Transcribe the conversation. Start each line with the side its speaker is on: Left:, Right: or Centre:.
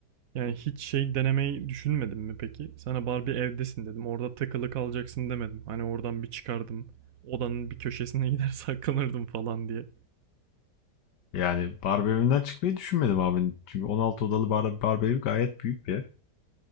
Right: Yani hiç şey denemeyi düşünmedin mi peki? Sana Barbie evdesin dedim. Orada takılı kalacaksın demedim. Hani oradan bir çıkardım. Odanın bir köşesine <laughs> gider saklanırdım falan diye.
Left: Yani Barbie evinden çıkmayı düşünmedim abi. Çünkü 16 odalı bar Barbie evi gayet büyük bir ev.